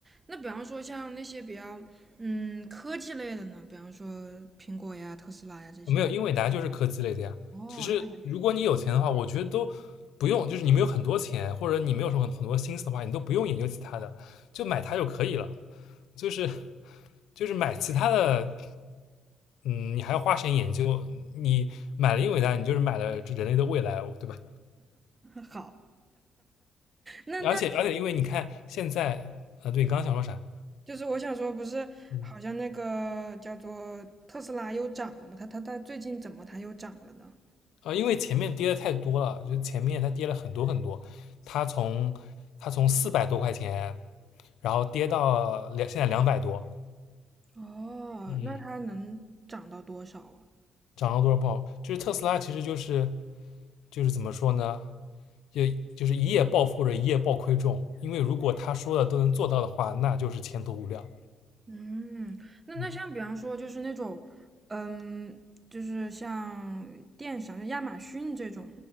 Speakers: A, on the right; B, on the left.
A: 那比方说像那些比较嗯科技类的呢，比方说苹果呀、特斯拉呀这些。
B: 没有，因为大家就是科技类的呀。
A: 哦，
B: 其实如果你有钱的话，
A: 太
B: 我觉得都不用，就是你没有很多钱，或者你没有什么很很多心思的话，你都不用研究其他的，就买它就可以了，就是就是买其他的。嗯，你还要花时间研究。你买了英伟达，你就是买了人类的未来，对吧？
A: <laughs> 好。那那
B: 而且而且，因为你看现在，呃，对你刚刚想说啥？
A: 就是我想说，不是好像那个叫做特斯拉又涨了吗？
B: 嗯，
A: 它它它最近怎么它又涨了呢？
B: 啊，因为前面跌的太多了，就前面它跌了很多很多，它从它从四百多块钱，然后跌到两现在两百多，
A: 哦，
B: 嗯
A: 那它能涨到多少啊？
B: 涨了多少不好。就是特斯拉其实就是就是怎么说呢？就就是一夜暴富或者一夜暴亏中，因为如果他说的都能做到的话，那就是前途无量。
A: 嗯，那那像比方说就是那种，
B: 嗯。
A: 嗯，就是像电商，就亚马逊这种，